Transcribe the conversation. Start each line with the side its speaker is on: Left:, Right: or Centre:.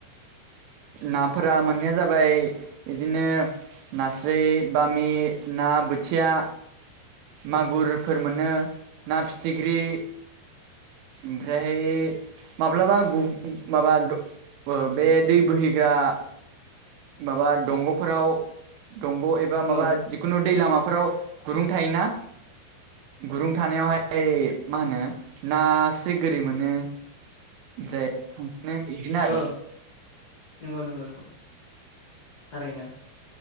Right: नाफोरा मोननाया जाबाय इदिनो नास्राय बामि ना बोथिया मागुरफोर मोनो ना फिथिख्रि ओमफ्राय माब्लाबा गु माबा बे दै बोहैग्रा माबा दंगफोराव दंग एबा
Left: औ
Right: माबा खुनु दै लामाफोराव गुरुं थायोना गुरुं थानायावहाय मा होनो नासे गोरि मोनो। ओमफ्राय <unintelligible> बिदिनो
Left: ओ
Right: आरो
Left: नंगौ नंगौ नंगौ थारैनो